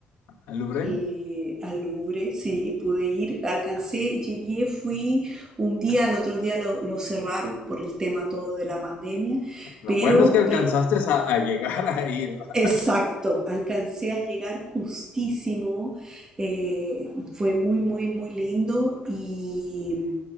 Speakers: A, on the left (about 90°); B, on the right (about 25°).
A: el Louvre.
B: eh, al Louvre, sí, pude ir, alcancé, llegué, fui un día, al otro día lo, lo cerraron por el tema todo de la pandemia,
A: Lo
B: pero,
A: bueno es que alcanzaste
B: pero
A: a, a llegar <laughs> a ir, ¿verdad?
B: Exacto, alcancé a llegar justísimo, eh, fue muy, muy, muy lindo y,